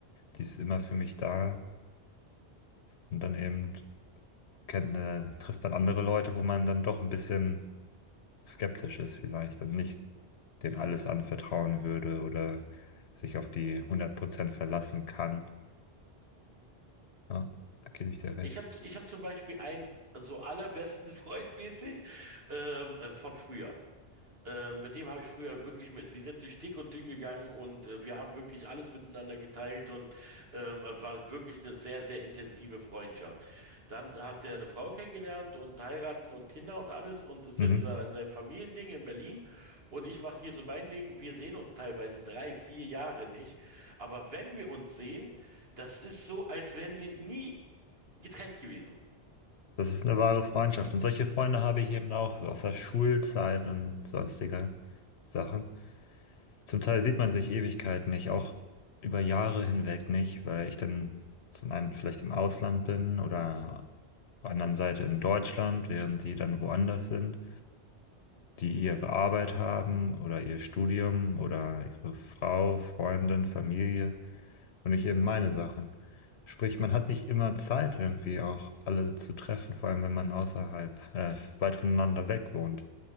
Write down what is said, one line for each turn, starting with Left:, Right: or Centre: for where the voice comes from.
Left: die ist immer für mich da. Und dann eben kennt, äh, trifft man andere Leute, wo man dann doch ein bisschen skeptisch ist vielleicht und nicht denen alles anvertrauen würde oder sich auf die hundert Prozent verlassen kann. Ja, da gebe ich dir recht.
Right: Ich habe ich hab zum Beispiel einen so allerbesten <laughs> Freund mäßig ähm, äh, von früher. Äh, mit dem habe ich früher wirklich mit, wir sind durch dick und dünn gegangen und äh, wir haben wirklich alles miteinander geteilt und ähm, war wirklich eine sehr, sehr intensive Freundschaft. Dann hat der eine Frau kennengelernt und heiraten und Kinder und alles und ist
Left: Mhm.
Right: jetzt da in seinem Familiending in Berlin und ich mache hier so mein Ding. Wir sehen uns teilweise drei, vier Jahre nicht, aber wenn wir uns sehen, das ist so, als wären wir nie getrennt gewesen.
Left: Das ist eine wahre Freundschaft. Und solche Freunde habe ich eben auch, so aus der Schulzeit und sonstiger Sachen. Zum Teil sieht man sich Ewigkeiten nicht, auch über Jahre hinweg nicht, weil ich dann zum einen vielleicht im Ausland bin oder auf der anderen Seite in Deutschland, während die dann woanders sind, die ihre Arbeit haben oder ihr Studium oder ihre Frau, Freundin, Familie. und nicht eben meine Sachen. Sprich, man hat nicht immer Zeit, irgendwie auch alle zu treffen, vor allem wenn man außerhalb, äh, weit voneinander weg wohnt.